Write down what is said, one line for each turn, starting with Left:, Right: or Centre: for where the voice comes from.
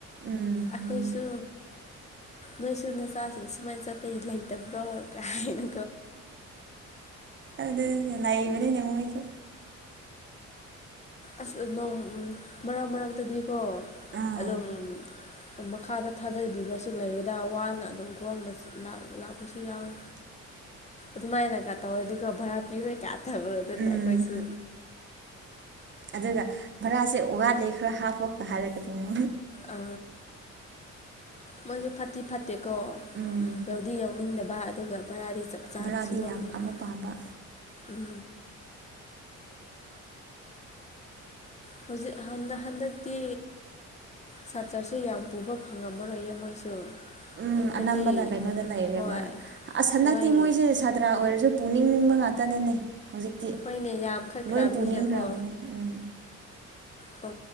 Right: ꯎꯝ
Left: ꯑꯩꯈꯣꯏꯁꯨ ꯅꯣꯏꯁꯨ ꯅꯆꯥꯁꯤꯡ ꯁꯨꯃꯥꯏꯅ ꯆꯠꯄꯒꯤ ꯂꯩꯇꯕ꯭ꯔꯣ ꯀꯥꯏꯅ
Right: ꯑꯗꯤ ꯂꯏꯕꯅꯤ ꯃꯁꯨ
Left: ꯑꯁ ꯅꯣꯡ ꯃꯔꯛ ꯃꯔꯛꯇꯗꯤꯀꯣ
Right: ꯑꯥ
Left: ꯑꯗꯨꯝ ꯃꯈꯥꯗ ꯊꯥꯗꯕꯤꯕꯁꯨ ꯂꯩꯌꯦꯦꯗ ꯋꯥꯅ ꯑꯗꯨꯝ ꯈꯒꯣꯅ ꯂꯥꯛꯄꯁꯨ ꯌꯥꯎꯋꯤ
Right: <inaudible>
Left: ꯑꯗꯨꯃꯥꯏꯅꯀꯥ ꯇꯧꯔꯗꯤꯀꯣ ꯚꯔꯥ ꯄꯤꯔꯣꯏ ꯀ ꯇꯧꯔꯣꯏ ꯑꯗꯨ
Right: ꯎꯝ
Left: ꯅꯈꯣꯏꯁꯨ
Right: ꯑꯗꯨꯒ ꯚꯔꯥꯁꯦ ꯑꯣ ꯋꯥ ꯂꯩ ꯈꯔ ꯍꯥꯞꯄꯣꯒ ꯍꯥꯏꯔꯒꯗꯤ ꯃ
Left: ꯑ ꯃꯣꯏꯁꯨ ꯐꯥꯇꯤ ꯐꯇꯦ ꯀꯣ
Right: ꯎꯝ
Left: ꯌꯥꯎꯗꯤ ꯌꯥꯎꯅꯤꯡꯗꯕ ꯑꯗꯨꯒ ꯕꯔꯥꯗꯤ ꯆꯞ ꯆꯥꯅꯁꯨ
Right: ꯚꯔꯥꯗꯤ
Left: ꯂꯧꯅꯤꯡꯉꯤ
Right: ꯌꯥꯝ ꯑꯃꯨꯛ ꯄꯥꯝꯕ
Left: ꯎ ꯍꯧꯖꯤꯛ ꯍꯟꯗ ꯍꯟꯗꯛꯇꯤ ꯁꯥꯇ꯭ꯔꯁꯨ ꯌꯥꯝ ꯄꯨꯕ ꯐꯪꯉꯝꯃꯔꯣꯏꯌꯦ ꯃꯣꯏꯁꯨ
Right: ꯎꯝ
Left: ꯍꯥꯏꯗꯤ
Right: ꯑꯅꯝꯕꯅ ꯀꯩꯅꯣꯗ ꯂꯩꯔꯦꯕ
Left: ꯍꯣꯏ
Right: ꯍꯟꯗꯛꯇꯤ
Left: ꯂꯣꯏ
Right: ꯃꯣꯏꯁꯦ ꯁꯥꯇ꯭ꯔ ꯑꯣꯏꯔꯁꯨ ꯄꯨꯅꯤꯡꯕ ꯉꯥꯛꯇꯅꯦꯅꯦ ꯍꯧꯖꯤꯛꯇꯤ
Left: ꯍꯣꯏꯅꯦ ꯌꯥꯝ ꯈꯠꯈ꯭ꯔꯕꯅꯤꯅꯀꯣ
Right: ꯂꯣꯏ ꯄꯨꯅꯤꯡꯈ꯭ꯔꯕꯅꯦ ꯎꯝ
Left: ꯄ